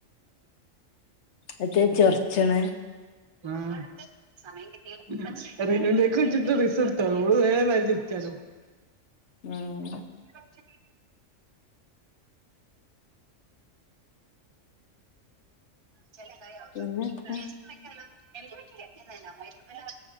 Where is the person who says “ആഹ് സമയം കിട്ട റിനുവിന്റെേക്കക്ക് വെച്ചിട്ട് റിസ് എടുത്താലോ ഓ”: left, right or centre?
Right